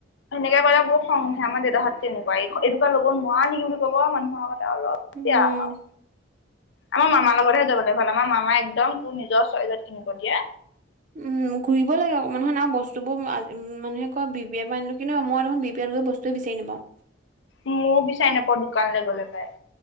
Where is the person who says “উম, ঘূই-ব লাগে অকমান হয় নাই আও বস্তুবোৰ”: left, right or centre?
Right